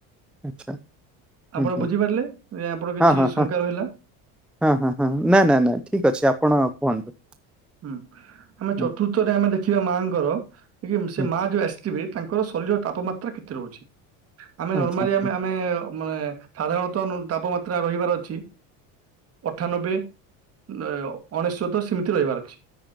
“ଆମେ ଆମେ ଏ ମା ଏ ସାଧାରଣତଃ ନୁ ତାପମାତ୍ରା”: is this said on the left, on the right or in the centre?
Right